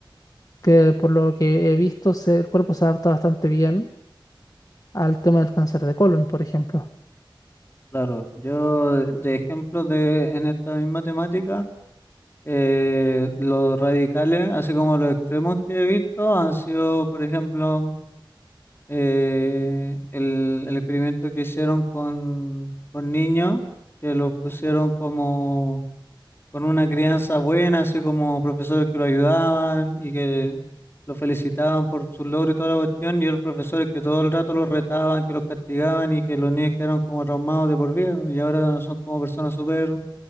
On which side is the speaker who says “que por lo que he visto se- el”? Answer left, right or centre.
Left